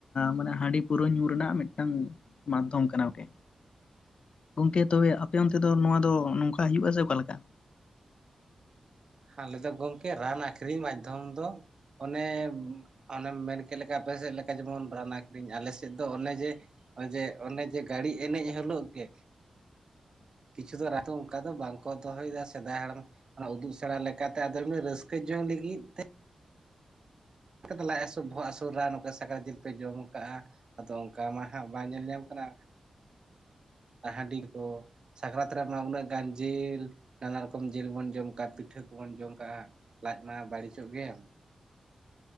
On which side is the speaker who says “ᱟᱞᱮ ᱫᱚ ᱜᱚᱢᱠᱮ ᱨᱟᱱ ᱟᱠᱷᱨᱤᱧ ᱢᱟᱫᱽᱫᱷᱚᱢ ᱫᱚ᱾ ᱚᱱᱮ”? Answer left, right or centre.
Right